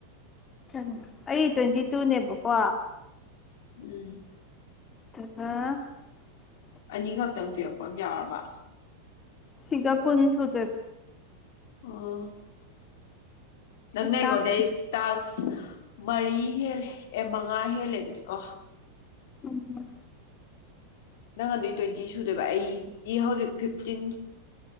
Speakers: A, on the left (about 20°); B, on the left (about 50°).
A: <unintelligible> ꯑꯩ ꯇ꯭ꯋꯦꯟꯇꯤ ꯇꯨꯅꯦꯕꯀꯣ
B: ꯎꯝ
A: <unintelligible>
B: ꯑꯅꯤꯈꯛꯇꯪ ꯄꯤꯔꯛꯄ ꯑꯝ ꯌꯥꯎꯔꯕ
A: ꯁꯤꯒꯥ ꯀꯣꯟ ꯁꯨꯗꯣꯏꯕ
B: ꯑ ꯅꯪꯅ ꯑꯩꯉꯣꯟꯗꯩ
A: ꯇꯥꯛꯁ
B: ꯇꯥꯥꯁ꯭ꯀ ꯃꯔꯤ ꯍꯦꯜꯂꯦ ꯑꯦ ꯃꯉꯥ ꯍꯦꯜꯂꯦ ꯑꯗꯨꯗꯤꯀꯣ
A: ꯎꯝ
B: ꯅꯪ ꯑꯗꯨꯏ ꯇ꯭ꯋꯦꯟꯇꯤ ꯁꯨꯗꯨꯏꯕ ꯑꯩꯒꯤ ꯍꯧꯖꯤꯛ ꯐꯤꯐꯇꯤꯟ